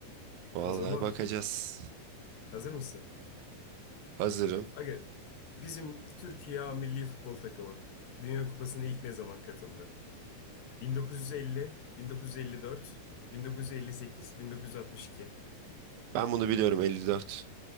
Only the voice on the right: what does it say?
Vallahi
bakacağız.
Hazırım.
Ben bunu biliyorum 54.